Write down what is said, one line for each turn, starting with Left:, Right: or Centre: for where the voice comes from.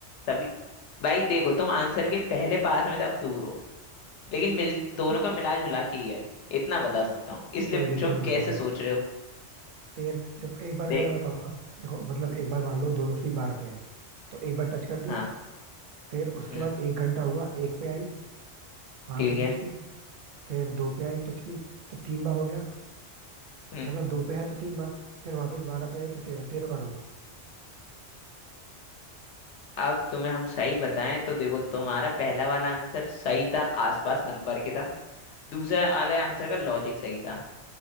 Left: तभी भाई देखो तुम आंसर के पहले पास में थे अब दूर हो लेकिन मिल
Right: <laughs>
Left: दोनों का मिला जुला के ही है इतना बता सकता हूँ इसलिए
Right: कोई
Left: पूछा
Right: नहीं तुम
Left: हूँ कैसे
Right: बताओ
Left: सोच रहे हो
Right: तेरह देखो एक बार
Left: देख
Right: अगर मैं बताऊं ना देखो मतलब एक बार मान लो दोनों सुई बारह पे है तो एक बार टच कर दी
Left: हाँ
Right: फिर उसके
Left: हम्म
Right: बाद एक घंटा हुआ एक पे आई वहां
Left: ठीक
Right: पे
Left: है
Right: टच की फिर दो पे आई टच की तो तीन बार हो गया
Left: हम्म
Right: मतलब दो पे है तो तीन बार फिर वापस बारह पे आई तो तेरह तेरह बार होगा
Left: अब तुम्हें हम सही बताएं तो देखो तुम्हारा पहला वाला आंसर सही था आसपास नंबर के था दूसरा वाले आंसर का लॉजिक सही था